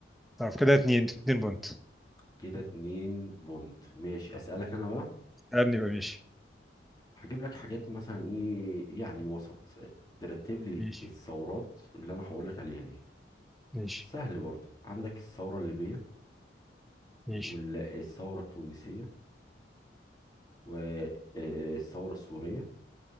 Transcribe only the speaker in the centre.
طب كده اتنين اتنين بونت
اسألني بقى ماشي
ماشي
ماشي
ماشي